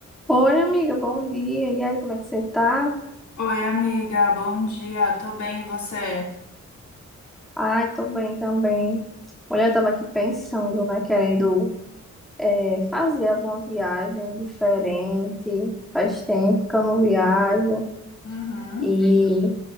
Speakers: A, in the centre; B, on the left.
A: Oi, amiga, bom dia. E aí, como é que você tá?
B: Oi, amiga, bom dia. Tô bem, e você?
A: Ai, tô bem também. Olha, eu tava aqui pensando, né, querendo eh, fazer alguma viagem diferente. Faz tempo que eu não viajo
B: Uhum.
A: e